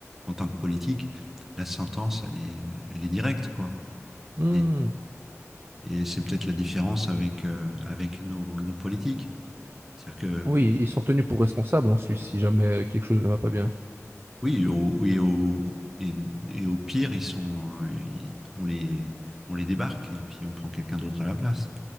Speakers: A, in the centre; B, on the right (about 45°).
A: en tant que politique, la sentence, elle est, euh, elle est directe, quoi.
B: Hmm.
A: Et, et c'est peut-être la différence avec euh, avec nos, nos politiques. C'est-à-dire que
B: Oui, ils sont tenus pour responsables en Suisse si jamais euh, quelque chose ne va pas bien.
A: oui, au, oui, au, et, et au pire, ils sont, euh, ils- on les, on les débarque et puis on prend quelqu'un d'autre à la place.